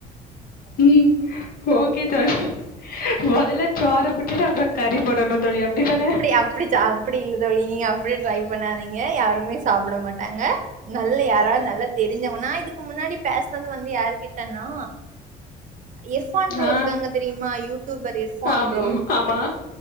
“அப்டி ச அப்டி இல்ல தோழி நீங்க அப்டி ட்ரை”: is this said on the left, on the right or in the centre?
Right